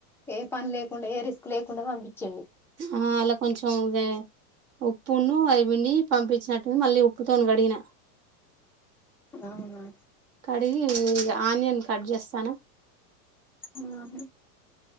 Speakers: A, in the centre; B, on the right.
A: ఏ పని లేకుండా, ఏ రిస్క్ లేకుండా పంపించిండు.
B: ఆ అలా కొంచం వే ఉప్పును అవి పిండి పంపించినట్టు మళ్ళీ ఉప్పుతోన్ కడిగిన
A: అవును
B: అయి ఆనియన్ కట్ జేస్సాను
A: ఆహ